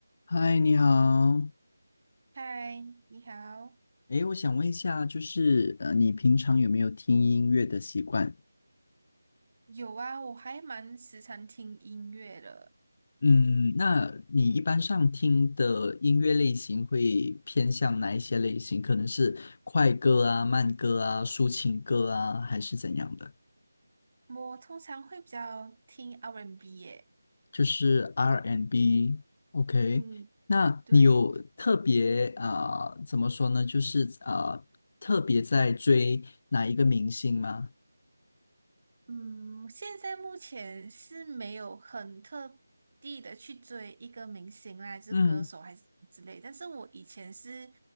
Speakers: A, on the left; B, on the right.
A: 嗨，你好。
B: 嗨，你好。
A: 诶，我想问一下，就是呃，你平常有没有听音乐的习惯？
B: 有啊，我还蛮时常听音乐的。
A: 嗯，那你一般上听的音乐类型会偏向哪一些类型？可能是快歌啊、慢歌啊、抒情歌啊，还是怎样的？
B: 我通常会比较听 R&B 耶。
A: 就是 R&B and B。OK，
B: 嗯，
A: 那你有特别啊、
B: 对，
A: 呃怎么说呢？就是啊、呃特别在追哪一个明星吗？
B: 嗯，现在目前是没有很特地的去追一个明星啦，就是歌手还是之类。
A: 嗯。
B: 但是我以前是